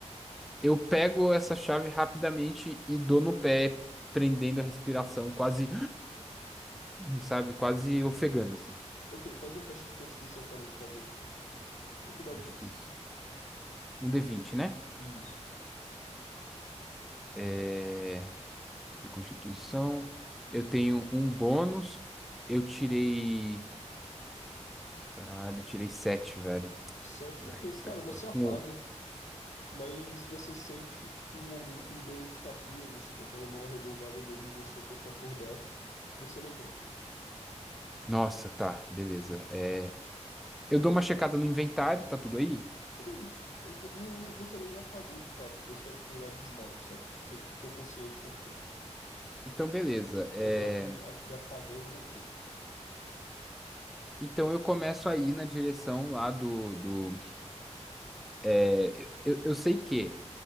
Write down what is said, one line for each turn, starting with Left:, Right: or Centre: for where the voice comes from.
Centre: eu pego essa chave rapidamente e dou no pé, prendendo a respiração, quase sabe? Quase ofegando, assim.
Left: Ok, faz um teste de constituição para mim, por favor. Dificuldade
Centre: Constituição.
Left: dez.
Centre: Um D20, né?
Left: Isso.
Centre: É... e Constituição. Eu tenho um bônus. Eu tirei. Caralho, eu tirei sete velho.
Left: 7.
Centre: Ai,
Left: Ok,
Centre: saco-
Left: cara, você apaga,
Centre: com... o-
Left: mas você sente, tipo, o homúnculo dando uns tapinhas, assim, com aquela mão arredondada dele em você para te acordar. E você levanta.
Centre: Nossa, tá, beleza. É... Eu dou uma checada no inventário, tá tudo aí?
Left: Tudo aí. Eu vo- não- não- Você nem apagou de fato, foi só, tipo, um leve desmaio, sabe? Você ficou consciente o tempo todo.
Centre: Então, beleza.
Left: Só
Centre: É...
Left: deu aquele, aquele apagão e voltou.
Centre: Então, eu começo a ir na direção lá do. do... é, Eu, eu sei que